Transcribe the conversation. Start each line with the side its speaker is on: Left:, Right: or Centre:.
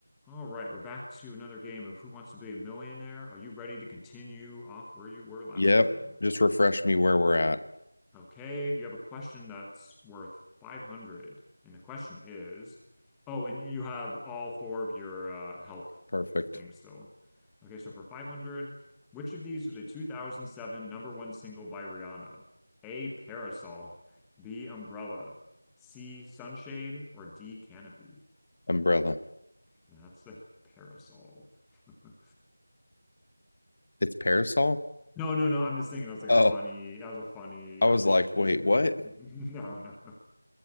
Centre: All right, we're back to another game of Who Wants to Be a Millionaire? Are you ready to continue off where you were last
Left: Yep.
Centre: time?
Left: Just refresh me where we're at.
Centre: Okay, you have a question that's worth 500. And the question is, oh, and you have all four of your uh, help
Left: Perfect.
Centre: things still. Okay, so for 500, which of these was a 2007 number one single by Rihanna? A, Parasol, B, Umbrella, C, Sunshade, or D, Canopy?
Left: Umbrella.
Centre: That's a parasol. <laughs>
Left: It's parasol?
Centre: No, no, no. I'm just thinking that was like
Left: Oh,
Centre: a funny, that was a funny
Left: I
Centre: option.
Left: was like, wait, what?
Centre: <laughs> No, no, no.